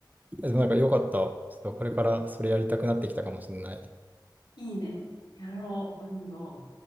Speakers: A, on the right (about 20°); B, on the left (about 75°).
A: でもなんか良かった。ちょっとこれからそれやりたくなってきたかもしんない。
B: <laughs> いいね。やろう、運動。